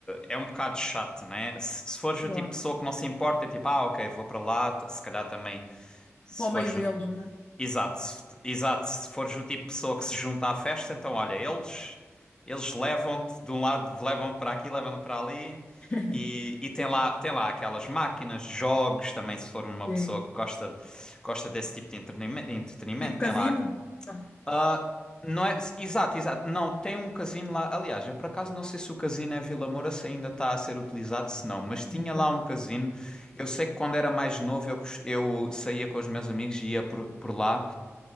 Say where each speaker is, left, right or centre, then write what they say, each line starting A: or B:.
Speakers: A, on the left; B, on the left.
A: é um bocado chato, né? Se, se fores
B: claro.
A: o tipo de pessoa que não se importa, é tipo, ah, ok, vou para lá, t- se calhar também, se
B: Para o
A: fores
B: meio deles,
A: o...
B: não é?
A: Exato, se, exato, se fores o tipo de pessoa que se junta à festa, então olha, eles eles levam-te de um lado, levam-te para aqui, levam-te para ali
B: <laughs>
A: e, e tem lá, tem lá aquelas máquinas, jogos, também se for uma
B: Sim.
A: pessoa que gosta, de- gosta desse tipo de entretenime- entretenimento,
B: Tipo casino?
A: tem lá
B: Não.
A: ah, Não é, exato, exato. Não, tem um casino lá. Aliás, eu por acaso não sei se o casino em Vila Moura se ainda está a ser utilizado, se não, mas tinha
B: Ok,
A: lá um casino. Eu sei que quando era mais novo eu, cos- eu saía com os meus amigos e ia por, por lá